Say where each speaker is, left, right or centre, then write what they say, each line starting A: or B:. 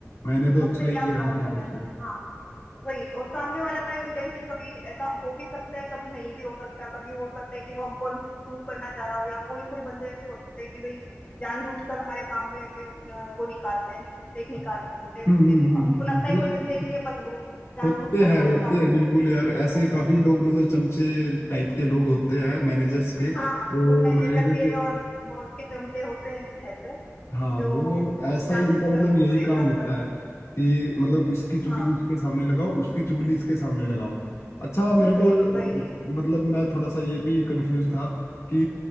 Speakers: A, on the left; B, on the left.
A: मैंने
B: मुझसे
A: तो अच्छा ही
B: क्या
A: किया
B: प्रॉब्लम
A: था अपनी तरफ
B: है
A: से
B: हाँ वही और सामने वाले का इंटेंशन कभी ऐसा हो भी सकता है कभी नहीं भी हो सकता कभी हो सकता है कि वो हमको इम्प्रूव करना चाह रहा हो या कोई कोई बंदे ऐसे होते हैं कि भाई जानबूझकर हमारे काम में अ, वो निकालते हैं मिस्टेक निकालते
A: हम्म
B: हैं
A: हम्म
B: मिस्टेक
A: हम्म
B: हमको
A: हम्म,
B: लगता है
A: हम्म।
B: कोई मिस्टेक नहीं है पर वो जानबूझकर
A: होते हैं
B: हमारे
A: होते
B: काम में
A: हैं
B: मिस्टेक
A: बिल्कुल यार ऐसे
B: निकालने
A: काफी
B: लगते
A: लोग
B: हैं
A: मतलब चमचे टाइप के लोग होते हैं मैनेजर्स के
B: हाँ
A: वो
B: वो मैनेजर
A: मैनेजर
B: के
A: के
B: और बॉस के चमचे होते हैं कुछ ऐसे
A: हाँ
B: जो
A: वो ऐसा
B: जानबूझकर
A: ही उनका मतलब
B: हमको
A: यही
B: परेशान
A: काम होता
B: करते
A: है
B: हैं
A: कि मतलब इसकी चुगली
B: हाँ
A: उसके सामने लगाओ उसकी चुगली इसके सामने लगाओ अच्छा मेरे
B: वही
A: को अ,
B: वही
A: मतलब मैं थोड़ा सा ये भी कंफ्यूज था कि